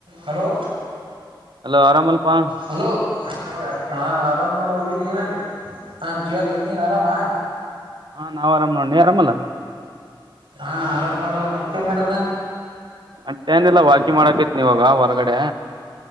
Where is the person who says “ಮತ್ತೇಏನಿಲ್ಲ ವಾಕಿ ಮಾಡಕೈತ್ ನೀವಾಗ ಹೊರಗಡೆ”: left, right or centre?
Right